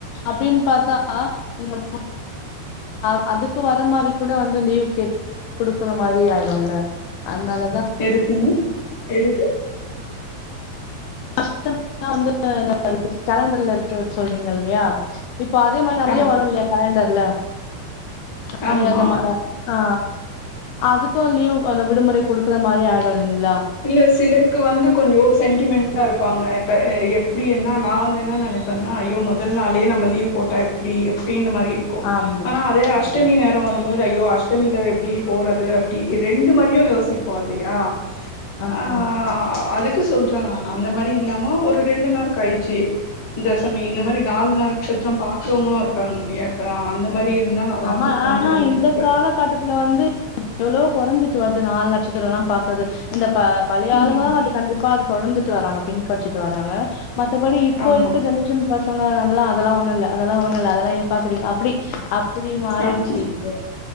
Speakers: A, on the left; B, on the left.
A: அப்டின்னு பாத்தா நீங்க <inaudible> அதுக்கு வர மாரி கூட வந்தா லீவ் கே குடுக்கற மாரி ஆயிடுல்ல அதனால
B: எதுக்குங்க எதுக்கு
A: அஷ்டமியெல்லா வந்து இந்த கேலண்டர்ல இருக்கு சொல்றீங்க இல்லையா இப்போ அதே மாரி நெறைய
B: ஆம்
A: வரு இல்லையா கேலண்டர்ல நெறைய
B: ஆமா
A: இந்த மார ஆ அதுக்கு லீவ் அந்த விடுமுறை கொடுக்கற மாரி ஆயிடு இல்லைங்ளா
B: இல்ல சிலருக்கு வந்து கொஞ்சோ சென்டிமெண்ட்டா இருப்பாங்க இப்ப எப்டி என்ன நா வந்து என்ன நெனைப்பன்னா அய்யோ மொதல் நாளே நம்ம லீவ் போட்டா அப்டி எப்டின்ன மாரி இரு க்கு
A: ஆமா
B: ஆனா அதே
A: ஆமா
B: அஷ்டமி நேரோ வரும்போது அய்யோ அஷ்டமில எப்டி போறது அப்டி ரெண்டு மாரியு யோசிப்போ இல்லையா
A: ஆமாமா
B: ஆ அதுக்கு சொல்றாங்க ஆனா அந்த மாரி இல்லாம ஒரு ரெண்டு நாள் கழிச்சி இந்தா சமி இந்த
A: ம்
B: மாரி நாள்னா நக்ஷசத்திரம் பாக்கறவங்களு இருக்காங்க இல்லையா இப்ப அந்த மாரி
A: ம்
B: இருந்தா நல்லா
A: ஆமா
B: இருந்திருக்குன்னு
A: ஆனா
B: தோணு
A: இந்த
B: எனக்கு
A: கால கட்ட த்துல வந்து எவ்ளோ கொறஞ்சிட்டு வருது நாள் நட்சத்திரோ எல்லா பாக்கறது இந்த ப பழைய ஆளுங்கள்ளா
B: ம்
A: அத கண்டிப்பா அது தொடர்ந்துட்டு வராங்க பின்பற்றிட்டு வராங்க மத்தபடி இப்போ
B: ஆமா
A: இருக்க ஜென்ரேஷன் பசங்க அதெல்லா அதெல்லா ஒண்ணுல்ல அதெல்லா ஒண்ணுல்ல அதெல்லா ஏ பாக்குறீங்க அப்டி அப்புடி மாறிட்சு
B: ஆமா
A: இப்போ